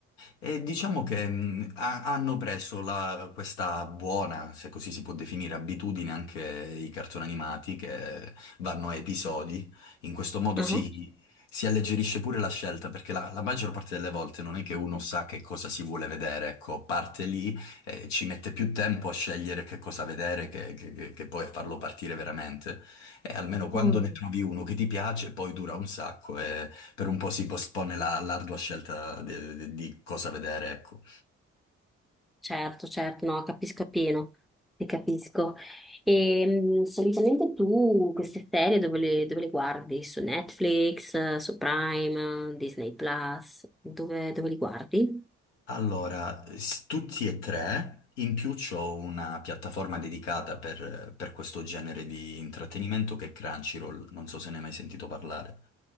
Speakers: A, on the left; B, in the centre.
A: E diciamo che mh, ha- hanno preso la- questa buona, se così si può definire, abitudine anche i cartoni animati che vanno a episodi. In questo modo
B: Mhm.
A: si, si alleggerisce pure la scelta, perché la, la maggior parte delle volte non è che uno sa che cosa si vuole vedere, ecco, parte lì e ci mette più tempo a scegliere che cosa vedere che, che- che- che poi a farlo partire veramente. E almeno quando
B: Mm,
A: ne trovi uno che ti piace, poi dura un sacco per un po' si postpone la- l'ardua scelta de- de- di cosa vedere, ecco.
B: certo, certo, no, capisco appieno, ti capisco. E mm, solitamente tu queste serie dove le, dove le guardi? Su Netflix, eh, su Prime, eh, Disney Plus? Dove, dove li guardi?
A: Allora, s- tutti e tre, in più c'ho una piattaforma dedicata per, per questo genere di intrattenimento che è Crunchyroll, non so se ne hai mai sentito parlare.